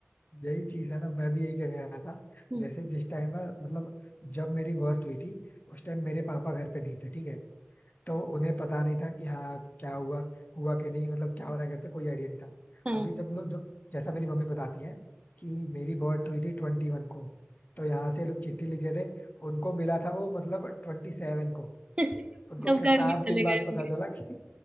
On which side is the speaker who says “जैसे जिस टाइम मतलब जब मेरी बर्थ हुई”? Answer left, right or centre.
Left